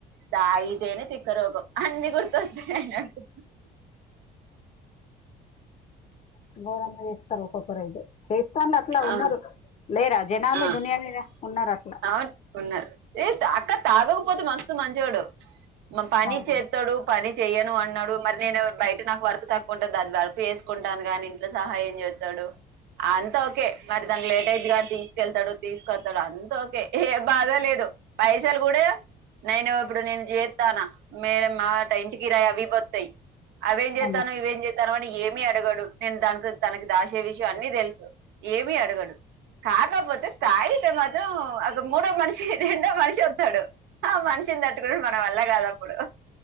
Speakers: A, on the right; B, on the left.
A: తాగితేనే తిక్క రోగం అన్ని గుర్తొస్తాయి ఆయనకు
B: గోరంగ ఏస్తారు ఒక్కొక్కరయితే చేతండ్లు అట్లా ఉన్నారు
A: ఆ
B: లేరా జనాలు
A: ఆ
B: దునియా మీద ఉన్నారు అట్లా
A: అవును ఉన్నారు ఏ అక్క తాగకపోతే మస్తు మంచోడు మా పని
B: అవునా
A: చేస్తాడు పని చెయను అనడు మరి నేను బయట నాకు వర్క్ తక్కువ ఉంటాది అది వర్క్ చేేసుకుంటాను గాని సహాయం చేస్తాడు అన్ అంత ఓకే మరి దానికి లేట్ అయితదీ కానీ తీసుకెళ్తాడు తీసుకొస్తాడు అంత ఓకే ఏ బాదా లేదు పైసలు కూడా నేను ఇప్పుడు నేను చేస్తాన మే మాట ఇంటికి రాయి అవి ఇవి వతాయి అవేం చేస్తానవ్
B: అవునా
A: ఇవేం చేస్త తనవని ఏమీ అడగడు నేను దానికి తనకి దాసే విషయం అన్నీ తెలుసు ఏమి అడగడు కాకపోతే తాగీతె మాత్ మాతం ఒక మూడో మనిషి రెండో మనిషి వస్తాడు ఆ మనిషిని తట్టుకొనుడు మన వల్ల కాదు అప్పుడు